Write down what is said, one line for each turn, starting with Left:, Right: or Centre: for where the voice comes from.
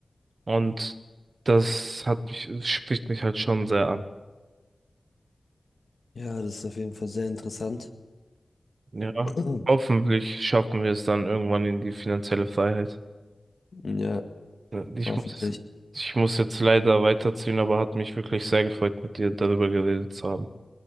Right: Und das hat mich, es spricht mich halt schon sehr an.
Left: ja, das ist auf jeden Fall sehr interessant.
Right: Ja.
Left: <clears throat>
Right: Hoffentlich schaffen wir es dann irgendwann in die finanzielle Freiheit.
Left: Ja,
Right: Ja, Ich
Left: hoffentlich.
Right: muss, ich muss jetzt leider weiterziehen, aber hat mich wirklich sehr gefreut, mit dir darüber geredet zu haben.